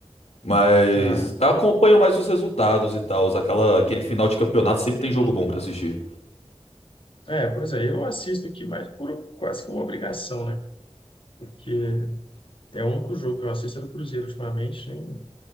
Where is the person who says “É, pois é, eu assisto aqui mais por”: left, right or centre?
Left